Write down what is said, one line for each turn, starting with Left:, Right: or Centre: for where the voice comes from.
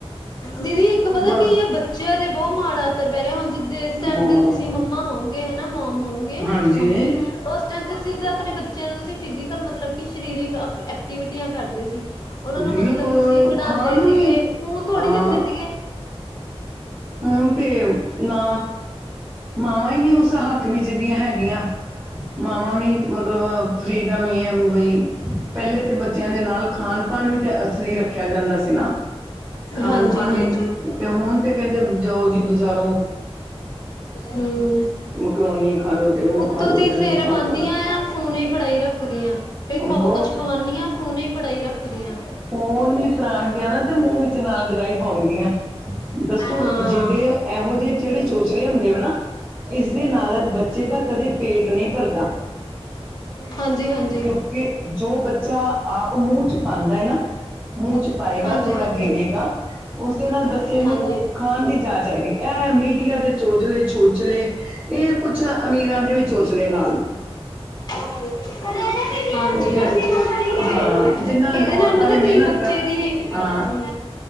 Left: ਦੀਦੀ ਇੱਕ ਪਤਾ
Right: ਬਸ
Left: ਕੀ ਏ ਬੱਚਿਆਂ ਤੇ ਬਹੁਤ ਮਾੜਾ ਅਸਰ ਪੇ ਰਿਹਾ ਹੁਣ ਜਿਸ ਟਾਈਮ
Right: ਬਹੁਤ
Left: ਦੇ ਤੁਸੀਂ ਮੰਮਾ ਹੋੳਗੇ ਹਨਾ ਮੋਮ ਹੋਓਗੇ
Right: ਹਾਂਜੀ
Left: ਮੰਮੀ ਉਸ ਟਾਈਮ ਤੇ ਸੀ ਆਪਣੇ ਬੱਚਿਆਂ ਨੂੰ ਤੁਸੀ ਫਿਜ਼ਕਲ ਮਤਲਬ ਕਿ ਸਰੀਰਕ ਅਕ ਐਕਟੀਵਿਟੀਆਂ ਕਰਦੇ ਸੀ। ਉਹਨਾਂ
Right: ਬਿਲਕੁਲ
Left: ਨੂੰ ਮਤਲਬ ਤੁਸੀਂ ਖਿਡਾਉਂਦੇ
Right: ਖਾਣ ਨੂੰ
Left: ਸੀਗੇ
Right: ਵੀ
Left: ਫੋਨ ਥੋੜ੍ਹੀ
Right: ਹਾਂ
Left: ਦਿੰਦੇ ਸੀਗੇ।
Right: ਹੁਣ ਤੇ ਨਾ ਮਾਵਾਂ ਹੀ ਨੀ ਉਸ ਹੱਕ ਵਿੱਚ ਦੀਆਂ ਹੈਗੀਆਂ। ਮਾਵਾਂ ਵੀ ਮਤਲਬ ਫ੍ਰੀਡਮ ਈ ਐ ਬਈ ਪਹਿਲੇ ਤੇ ਬੱਚਿਆਂ ਦੇ ਨਾਲ ਖਾਣ ਨਈ ਤੇ ਅਸਲੀ ਰੱਖਿਆ ਜਾਂਦਾ ਸੀ ਨਾ ਖਾਣ
Left: ਹਾਂਜੀ
Right: ਪਾਣ ਵੀ
Left: ਹਾਂਜੀ
Right: ਤੇ ਹੁਣ ਤੇ ਕਹਿੰਦੇ ਜਾਓ ਜੀ ਬਜ਼ਾਰੋਂ
Left: ਹਮ
Right: ਮਕਰੋਨੀ ਖਾ ਲਓ ਤੇ ਉਹ
Left: ਉੱਤੋਂ
Right: ਖਾ ਲਓ
Left: ਦੀ
Right: ਤੇ
Left: ਸਿਰ
Right: ਡੋਸਾ
Left: ਬਣਦੀਆਂ
Right: ਖਾ
Left: ਆਂ ਫੋਨ ਈ ਫੜਾਈ ਰੱਖ ਦੀ ਆਂ
Right: ਲਓ
Left: ਫੇਰ ਖਵਾ
Right: ਬਹੁਤ
Left: ਕੁਛ ਖਵਾਉਨੀ ਆ ਫੋਨ ਈ ਫੜਾਈ ਰੱਖਦੀਆਂ
Right: ਫੂਨ ਵੀ ਫ਼ੜਾਣਗੀਆਂ ਨਾ ਤੇ ਮੂੰਹ ਵਿੱਚ ਨਾਲ ਗਰਾਈ ਪਾਉਣਗੀਆਂ ਦੱਸੋ
Left: ਹਾਂ
Right: ਜਿਦੇ ਐਹੋ ਜਿਹੇ ਜਿਹੜੇ ਚੋਚਲੇ ਹੁੰਦੇ ਓ ਨਾ ਇਸਦੇ ਨਾਲ ਬੱਚੇ ਦਾ ਕਦੇ ਪੇਟ ਨਹੀਂ ਭਰਦਾ।
Left: ਹਾਂਜੀ ਹਾਂਜੀ
Right: ਕਿਉਂਕਿ ਜੋ ਬੱਚਾ ਆਪ ਮੂੰਹ ਚ ਪਾਉਂਦਾ ਏ ਨਾ ਮੂੰਹ ਚ ਪਾਏਗਾ
Left: ਹਾਂਜੀ-ਹਾਂਜੀ,
Right: ਥੋੜਾ ਗੇਰੇਗਾ ਉਸਦੇ ਨਾਲ ਬੱਚੇ
Left: ਹਾਂਜੀ।
Right: ਨੂੰ ਖਾਣ ਦੀ ਜਾਚ ਆਏਗੀ ਇਹ ਮੀਡੀਆ ਦੇ ਚੋਚਲੇ ਛੋਚਲੇ ਇਹ ਕੁਛ ਅਮੀਰਾਂ ਦੇ ਵੀ ਚੋਚਲੇ ਨਾਲ
Left: ਹ <unintelligible> ਹਾਂਜੀ
Right: ਤੇ
Left: ਹਾਂਜੀ
Right: ਹਾਂ
Left: ਤੇ
Right: ਜਿੰਨਾ
Left: ਇਹਦੇ ਨਾਲ
Right: ਔਰਤਾਂ
Left: ਪਤਾ
Right: ਨੇ ਮਿਹਨਤ
Left: ਕੀ ਬੱਚੇ
Right: ਕਰ
Left: ਦੀ
Right: ਹਾਂ
Left: ਮ